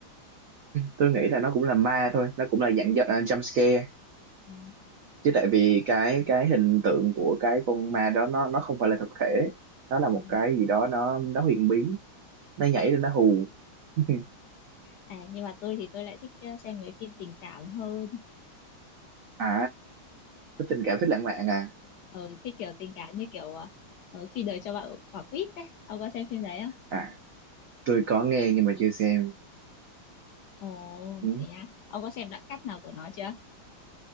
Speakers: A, on the right; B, on the left.
A: tôi nghĩ là nó cũng là ma thôi nó cũng là dạng gi- à, jump scare
B: À,
A: chứ tại vì cái cái hình tượng của cái con ma đó nó nó không phải là thực thể nó là một
B: Ừ.
A: cái gì đó nó nó huyền bí nó nhảy rồi nó hù <laughs>
B: À, nhưng mà tôi thì tôi lại thích ờ, xem mấy phim tình cảm hơn
A: à có tình cảm thích lãng mạn à
B: ờ thích kiểu tình cảm như kiểu ờ, ờ, khi đời cho bạn quả quýt đấy ông có xem phim đấy không
A: à tôi có nghe nhưng mà chưa xem
B: ồ
A: ừ.
B: thế á ông có xem đoạn cắt nào của nó chưa